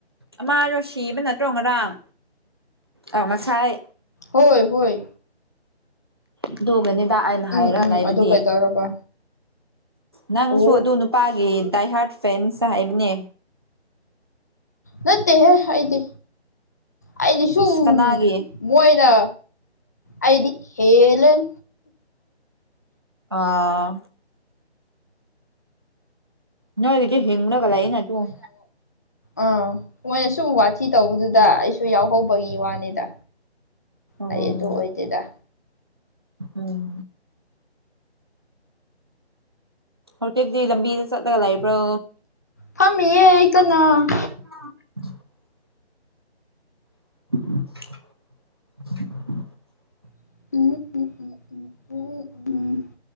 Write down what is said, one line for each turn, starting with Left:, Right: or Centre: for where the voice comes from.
Right: ꯑꯃꯥꯗꯣ ꯁꯤꯕ ꯅꯠꯇ꯭ꯔꯣ ꯉꯔꯥꯡ ꯑꯥ ꯉꯁꯥꯏ
Left: ꯍꯣꯏ ꯍꯣꯏ
Right: ꯑꯗꯨꯒꯅꯤꯗ ꯑꯩꯅ
Left: ꯎꯝ
Right: ꯍꯥꯏꯔ
Left: ꯎꯝ
Right: ꯂꯩꯕꯗꯤ
Left: ꯑꯗꯨ ꯀꯩꯗꯧꯔꯕ
Right: ꯅꯪꯁꯨ
Left: ꯑꯣ
Right: ꯑꯗꯨ ꯅꯨꯄꯥꯒꯤ ꯗꯥꯏꯍꯔꯠ ꯐꯦꯟꯁ ꯔꯍꯥꯢꯕꯅꯦ
Left: ꯅꯠꯇꯦꯍꯦ ꯑꯩꯗꯤ ꯑꯩꯗꯤ
Right: ꯁꯤꯁ
Left: ꯁꯨꯝ
Right: ꯀꯅꯥꯒꯤ
Left: ꯃꯣꯏꯅ ꯑꯩꯗꯤ ꯍꯦꯂꯦꯟ
Right: ꯑꯥ ꯅꯣꯏꯒꯤꯗꯤ ꯍꯤꯡꯂꯒ ꯂꯩꯌꯦ ꯅ ꯑꯗꯨꯝ
Left: ꯑꯧ ꯃꯣꯏꯅ ꯁꯨꯝ ꯋꯥꯊꯤ ꯇꯧꯕꯗꯨꯗ ꯑꯩꯁꯨ ꯌꯥꯎꯍꯧꯕꯒꯤ ꯋꯥꯅꯤꯗ
Right: ꯑꯣ
Left: ꯑꯩ ꯑꯗꯨ ꯑꯣꯏꯗꯦꯗ
Right: ꯎꯝ ꯍꯧꯖꯤꯛꯇꯤ ꯂꯝꯕꯤꯗ ꯆꯠꯂꯒ ꯂꯩꯕ꯭ꯔꯣ
Left: ꯐꯝꯃꯤꯌꯦ
Right: <unintelligible>
Left: ꯑꯩ ꯀꯟꯅ
Right: <unintelligible>
Left: ꯎꯝ ꯎꯝ ꯎ ꯎꯝ ꯎꯝ ꯎꯝ